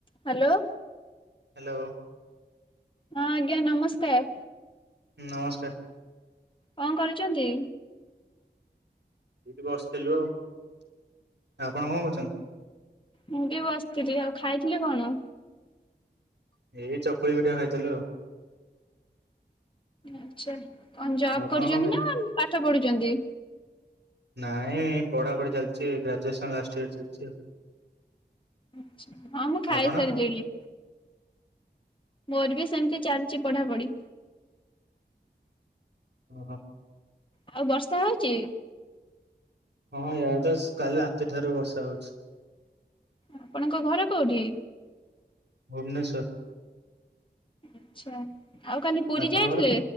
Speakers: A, on the left (about 30°); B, on the right (about 75°).
A: Hello
B: hello
A: ହଁ ଆଜ୍ଞା ନମସ୍କାର
B: ହ ନମସ୍କାର
A: କଣ କରୁଛନ୍ତି?
B: ଏଠି ବସିଥିଲୁ ଆଉ ଆପଣ କଣ କରୁଛନ୍ତି
A: ମୁଁ ବି ବସିଥିଲି ଆଉ ଖାଇଥିଲି କଣ?
B: ଏଇ ଚକୁଳି ପିଠା ଖାଇଥିଲୁ ଆଉ
A: ଆଚ୍ଛା କଣ ଜବ
B: ଆପଣ
A: କରୁଛନ୍ତି
B: କଣ ଖାଇ
A: ନା ପାଠ ପଢୁଛନ୍ତି
B: ନାଇଁ ପଢ଼ାପଢ଼ି ଚାଲିଛି ଗ୍ରାଜୁଏସନ୍ ଲାଷ୍ଟ ଇୟର ଚାଲିଛି ଆଉ
A: ଆଛା ହଁ ମୁଁ ଖାଇସାରିଲିି
B: ଆପଣ
A: ମୋର ବି ସେମିତି ଚାଲିଛି ପଢାପଢି
B: ହୁ ହୋଁ
A: ଆଉ ବର୍ଷା ହଉଛି
B: ହଁ ୟାର ତ କାଲି ରାତିଠାରୁ ବର୍ଷା ହଉଛି
A: ଆପଣଙ୍କ ଘର କୋଉଠି?
B: ଭୁବନେଶ୍ୱର
A: ଆଛା ଆଉ କାଲି ପୁରୀ
B: ଆପଣଙ୍କର
A: ଯାଇଥିଲେ